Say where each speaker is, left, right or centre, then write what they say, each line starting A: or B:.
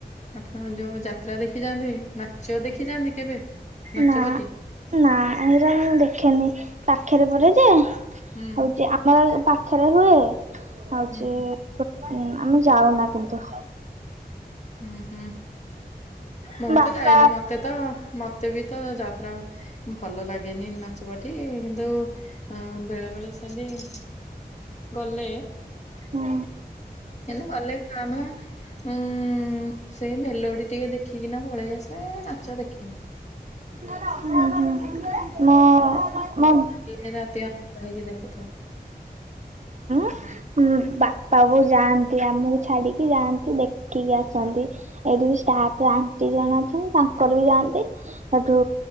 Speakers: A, on the left; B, on the right.
A: ଆପଣ ଯୋଉ ଯାତ୍ରା ଦେଖିଯାଆନ୍ତି ନାଚ ଦେଖିଯାଆନ୍ତି କେବେ? ନାଚ
B: ନାଁ
A: ପାଟି
B: ନାଁ ଏରା ମୁଁ ଦେଖେନି ପାଖରେ ପଡେଯେ।
A: ହୁଁ
B: ହଉଛି ଆମର ପାଖରେହୁଏ ହଉଛି।
A: ହୁଁ ହୁଁ ହୁଁ।
B: ଆମେ ଯାଉନା କିନ୍ତୁ।
A: ହୁଁ ହୁଁ ମୁଁତ
B: ବାପା
A: ଯାଏନି ମତ ମୋତେତ ମୋତେବିତ ଯାତ୍ରା ଭଲଲାଗେନି ନାଚପାର୍ଟି କିନ୍ତୁ। ଅଁ ବେଳେ ବେଳେ ସେମିତି ଗଲେ
B: ହୁଁ
A: ଏମିତି ଗଲେ କାଁ ଭାଁ ଉୁଁ ଉୁଁ। ହୁଁ ସେଇ ମେଲୋଡି ଟିକିଏ ଦେଖିକିନା ପଳେଇଆସେ ନାଚ ଦେଖେନି।
B: ଉୁଁ ହୁଁ ମୋ ମୋ
A: ଇଏତାର ରାତି ଅନିଦ୍ରା ହେଇକି ଦେଖୁଥିବ। <inaudible>
B: ଉଁ ବାପାବୋଉ ଯାଆନ୍ତି ଆମକୁ ଛାଡିକି ଯାଆନ୍ତି ଦେଖିକି ଆସନ୍ତି। ଏଇଠିବି ଷ୍ଟାପ ଆଣ୍ଟି ଜଣେ ଅଛନ୍ତି ତାଙ୍କରବି ଯାଆନ୍ତି। ସେଠୁ